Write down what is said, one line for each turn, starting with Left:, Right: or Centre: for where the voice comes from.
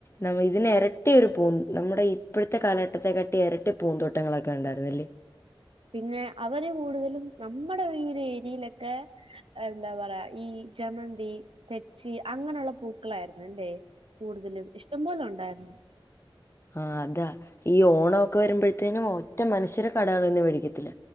Left: നമ്മ ഇതിന് ഇരട്ടിയൊരു പൂം നമ്മുടെ ഇപ്പോഴത്തെ കാലഘട്ടത്തെക്കാട്ടി ഇരട്ടി പൂന്തോട്ടങ്ങളൊക്കെ ഉണ്ടായിരുന്നല്ലേ
Right: പിന്നെ അവര് കൂടുതലും നമ്മടെ ഈ ഒരു ഏരിയയിലൊക്കെ എന്താ പറയാ ഈ ജമന്തി തെച്ചി അങ്ങനൊള്ള പൂക്കളാരുന്നല്ലേ കൂടുതലും ഇഷ്ടം പോലൊണ്ടാരുന്നു
Left: ആഹ് അതാ ഈ ഓണവൊക്കെ വരുമ്പോഴത്തേനും ഒറ്റ മനുഷ്യര് കടകളീന്ന് മേടിക്കത്തില്ല